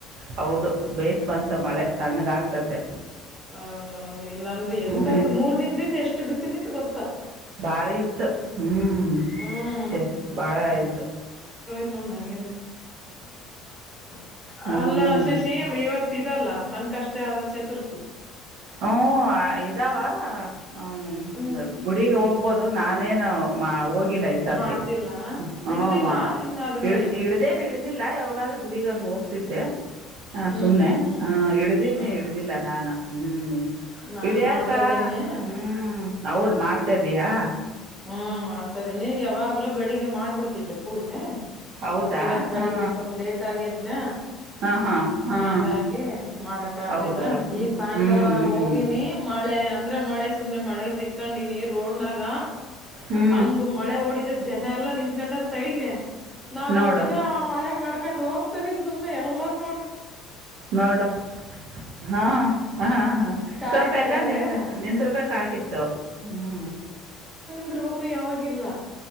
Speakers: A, on the right; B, in the centre.
A: ಹೌದು ಬೇಷ ಬಂತು
B: ಹ್ಮ್
A: ಮಳೆ ತಣ್ಣಗ ಆಗ್ತತೆ
B: ಹೌದೌದು ಇಲ್ಲಾ ಅಂದ್ರೆ ಎಂತಸ
A: ಹ್ಮ್
B: ಮೂರ್ ದಿನದಿಂದ ಎಷ್ಟು ಬಿಸಿಲಿತ್ತು ಗೊ
A: ಭಾರಿ ಇತ್ ಹ್ಮ್
B: ಹ್ಮ್
A: <unintelligible> ಬಾಳ ಇತ್ತ
B: <unintelligible> ನನ್ಗೆ ಅಂತ <inaudible>
A: ಹ್ಮ್
B: ಅಲ್ಲ ಶಶಿ ಇವತ್ತಲ್ಲ ಸಂಕಷ್ಟ ಚರ ಚತುರ್ಥಿ
A: ಹಓ ಇದಾವ ಹ ಹ್ಮ್
B: ಹ್ಮ್
A: ಬುಡಿ ಹೋಗ ಬೊದು ನಾನೇನು <unintelligible> ಿಲ್ಲ ಈ ಸತಿ
B: ಮಾಡ್ತಿಲ್ಲ ಹಿಡ್ದಿಲ್ಲ
A: ಹವಾ
B: ಇನ್ನ ಅದನ್ನ
A: ಇ
B: ನೀನು
A: ಇಡ್ದೇನ್ ಇಡ್ದಿಲ್ಲ ಯಾವಾಗಾದ್ರೂ ಗುಡಿಗಂಗು <unintelligible> ಹ
B: ಹ್ಮ್
A: ಸುಮ್ನೆ
B: ಹ್ಮ್ ಹ್ಮ್
A: ಹ ಇಡ್ದಿಲ್
B: ಹ್ಮ್
A: ನೀ ಇಡ್ದಿಲ್ಲ ನಾನು ಹ್ಮ್ಮ್
B: ನಾನ್
A: ಇಡ್ಯಾಕ
B: ಮಾಡ್ತದೀನಿ
A: ಹ್ಮ್ ಹೌದ್ ಮಾಡ್ತಾ ತಿಯಾ
B: ಹ್ಮ್ ಮಾಡ್ತಾದೀನಿ ಯಾವಾಗ್ಲೂ ಬೆಳಿಗ್ ಹಗೆ ಮಾಡ್ಬಿಡ್ತಿದ್ದೆ ಪೂಜೆ
A: ಹೌದಾ
B: ಇವತ್ ಬೆಳಿಗ್ಗೆ
A: ಹಾಂ
B: ಸ್ವಲ್ಪ ಲೇಟ್ ಆಗದ್ನ
A: ಹಾಂ ಹಾಂ ಹಾಂ
B: ಹಂಗಾಗಿ ಮಾಡಕ್ ಆಗ್ಲಿಲ್ಲ
A: ಹೌದವಳು
B: ಈಗ ಸಾಯಂಕಾಲ
A: ಹ್ಞೂ ಹ್ಞೂ ಹ್ಞೂ
B: ಹೋಗಿನಿ ಮಳೆ ಅಂದ್ರ ಮಳೆ ಸುಮನೆ ಮಳೆ ಸಿಕ್ ಹಕೊಂಡಿನಿ ರೋಡ್ನಾಗ
A: ಹ್ಞೂ
B: ಹಂಗ ಮಳೆ ಓಡಿತ ಜನ ಎಲ್ಲ ನಿಂತ್ಕಂಡರ್ ಸೈಡ್ಗೆ ನಾನ
A: ನೋಡು
B: ಒಬ್ಳೇ ಮಳೆಾಗ ನ ಕೊಂಡು ಹೋಗ್ತದೀನ್ ಸುಮ್ನೆ ಎಲ್ಲಾರ್ೂ
A: ನೋಡ ಹಾ ಹಾ ಹಾ
B: ಕಾಯ್
A: ಸ್ವಲ್ಪ
B: ತಗಂಡೆ
A: ಎಲ್ಲಾ ನಿ ನಿಂದರ್ಬೇಕಾಗಿತ್ತು ಹ್ಮ್
B: ಿರ್ಬೇಕು ಯಾವಾಗಿಲ್ಲ